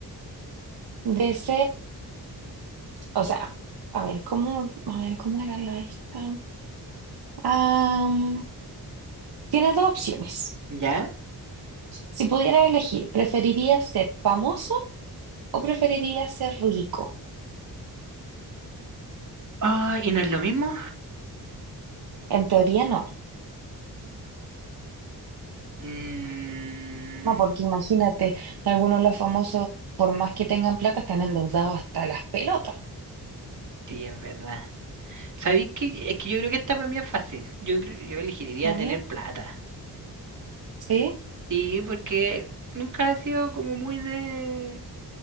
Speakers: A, on the right (about 70°); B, on the right (about 50°).
A: de ser, o sea, a ver, ¿cómo, a ver, cómo era la esta? Ah, tienes dos opciones.
B: ¿Ya?
A: Si pudieras elegir, ¿preferirías ser famoso o preferirías ser rico?
B: Ah, ¿y no es lo mismo?
A: En teoría no,
B: Mm,
A: no, porque imagínate, algunos de los famosos, por más que tengan plata, están endeudados hasta las pelotas.
B: sí, es verdad. ¿Sabéis que Es que yo creo que esta para mí es fácil. Yo, cre- yo elegiría
A: ¿A
B: tener
A: ver?
B: plata.
A: ¿Sí?
B: Sí, porque nunca ha sido como muy de,